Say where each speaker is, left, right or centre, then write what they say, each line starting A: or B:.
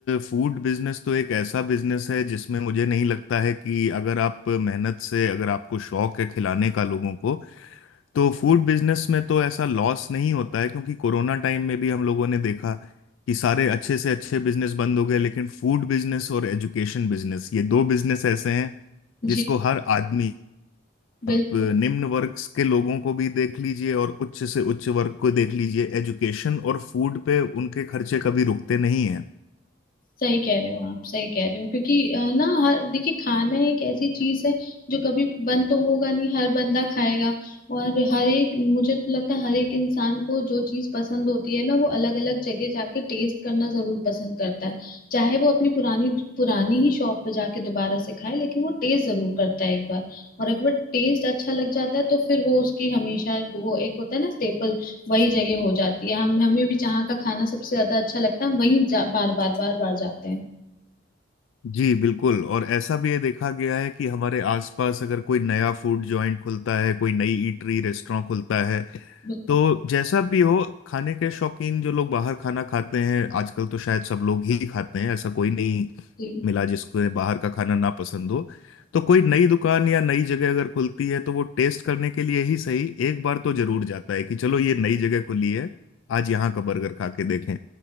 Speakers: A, on the left; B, on the left.
A: फूड बिजनेस तो एक ऐसा बिजनेस है जिसमें मुझे नहीं लगता है कि अगर आप मेहनत से अगर आपको शौक है खिलाने का लोगों को तो फूड बिजनेस में तो ऐसा लॉस नहीं होता है क्योंकि कोरोना टाइम में भी हम लोगों ने देखा कि सारे अच्छे से अच्छे बिजनेस बंद हो गए लेकिन फूड बिजनेस और एजुकेशन बिजनेस ये दो बिजनेस ऐसे हैं
B: जी
A: जिसको हर आदमी
B: बिल्कुल
A: आप निम्न वर्ग के लोगों को भी देख लीजिए और उच्च से उच्च वर्ग को देख लीजिए एजुकेशन और फूड पे उनके खर्चे कभी रुकते नहीं हैं
B: सही कह रहे हो आप सही कह रहे हो क्योंकि अ, ना हर देखिए खाना एक ऐसी चीज है जो कभी बंद तो होगा नहीं हर बंदा खाएगा और हर एक मुझे तो लगता है हर एक इंसान को जो चीज पसंद होती है ना वो अलग अलग जगह जाके टेस्ट करना जरूर पसंद करता है चाहे वो अपनी पुरानी पुरानी ही शॉप पे जाके दोबारा से खाए लेकिन वो टेस्ट जरूर करता है एक बार और एक बार टेस्ट अच्छा लग जाता है तो फिर वो उसकी हमेशा वो एक होता है ना स्टेपल वही जगह हो जाती है हम हमें भी जहाँ का खाना सबसे ज्यादा अच्छा लगता है हम वहीं जा, बार बार बार बार जाते हैं
A: जी बिल्कुल और ऐसा भी ये देखा गया है कि हमारे आसपास अगर कोई नया फूड जॉइंट खुलता है कोई नई ईटरी रेस्टोरेंट खुलता है
B: बिल्कुल
A: तो जैसा भी हो खाने के शौकीन जो लोग बाहर खाना खाते हैं आजकल तो शायद सब लोग ही खाते हैं ऐसा कोई नहीं
B: जी
A: मिला जिसको बाहर का खाना ना पसंद हो तो कोई नई दुकान या नई जगह अगर खुलती है तो वो टेस्ट करने के लिए ही सही एक बार तो जरूर जाता है कि चलो ये नई जगह खुली है आज यहाँ का बर्गर खा के देखें